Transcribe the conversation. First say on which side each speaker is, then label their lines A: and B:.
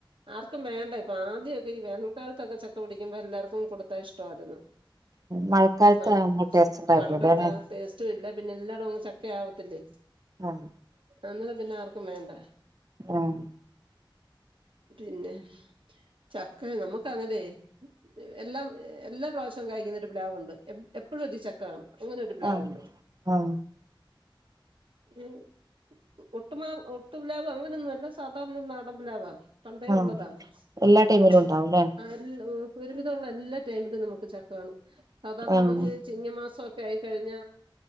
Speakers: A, on the right; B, on the right.
A: ആർക്കും വേണ്ട ഇപ്പം. ആദ്യാെക്കെ ഈ വേനൽക്കാൽത്തൊക്കെ ചക്ക പിടിക്കുമ്പോ എല്ലാർക്കും കൊടുത്താ ഇഷ്ടവായിരുന്നു.
B: മഴക്കാലത്ത്
A: നമു
B: ആവുമ്പോ
A: <unintelligible>
B: ടേസ്റ്റ് ഉണ്ടാവില്ലല്ലോ
A: മഴക്കള <unintelligible> <unintelligible>
B: അല്ലേ
A: താ ഇല്ല പിന്നെ എല്ലായിടും അങ്ങ് ചക്ക ആവത്തില്ലെ.
B: ആഹ്
A: അന്നെരം പിന്നെ ആർക്കും വേണ്ട.
B: ആഹ്
A: റ്റുല്ലെ. ചക്ക നമ്മുക്കങ്ങനെ. എല്ലാ എല്ലാ പ്രാവശ്യവും കായ്ക്കുന്ന ഒരു പ്ലാവുണ്ട്. എപ്പോഴും അതി ചക്ക കാണും. അങ്ങനെ ഒരു പ്ലാവുണ്ട്
B: ആഹ് ആഹ്
A: ഉം ഒട്ട്മാ ഒട്ടു പ്ലാവ് അങ്ങനെയൊന്നും അല്ല. സാധാരണ നാടൻ പ്ലാവ. പണ്ടേ
B: ആഹ്
A: ഒള്ളതാണ്.
B: എല്ലാ ടൈമിലും
A: അതും
B: ഉണ്ടാവുംല്ലേ
A: ആഹ് ഒരുവിതമുള്ള എല്ലാ ടൈമിലും നമുക്ക് ചക്ക കാണും. സാധാരണ
B: ആഹ്
A: നമക്ക്. ചിങ്ങമാസം ഒക്കെ ആയിക്കഴിഞ്ഞ